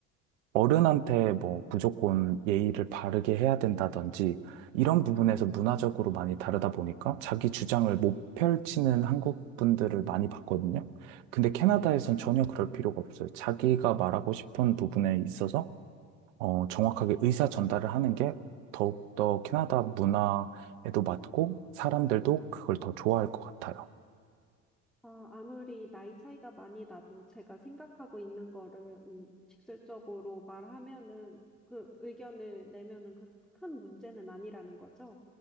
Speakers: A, on the right; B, in the centre.
A: 어른한테 뭐 무조건 예의를 바르게 해야 된다든지 이런 부분에서 문화적으로 많이 다르다 보니까 자기 주장을 못 펼치는 한국 분들을 많이 봤거든요. 근데 캐나다에선 전혀 그럴 필요가 없어요. 자기가 말하고 싶은 부분에 있어서 어, 정확하게 의사 전달을 하는 게 더욱더 캐나다 문화에도 맞고 사람들도 그걸 더 좋아할 것 같아요.
B: 어, 아무리 나이 차이가 많이 나도 제가 생각하고 있는 거를 음, 직접적으로 말하면은 그 의견을 내면은 그 큰 문제는 아니라는 거죠.